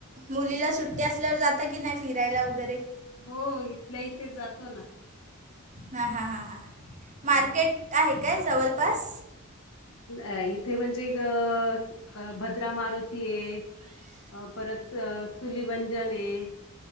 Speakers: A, on the right; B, on the left.
A: मुलीला सुट्टी असल्यावर जाता की नाही फिरायला वगैरे?
B: हो इथल्या इथे जातो ना.
A: हा हा हा हा मार्केट
B: हां.
A: आहे काय जवळपास?
B: अ इथे म्हणजे गस अ भद्रा मारुती आहे. अ परत तुली वंजन आहे,